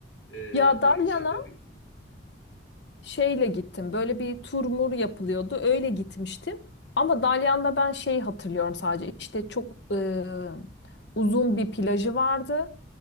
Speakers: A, on the left; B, on the left.
A: E,
B: Ya
A: böyle
B: Dalyan'a
A: içeride bir
B: şeyle gittim. Böyle bir turmur yapılıyordu. Öyle gitmiştim. Ama Dalyan'da ben şeyi hatırlıyorum sadece. İşte çok e, uzun bir plajı vardı.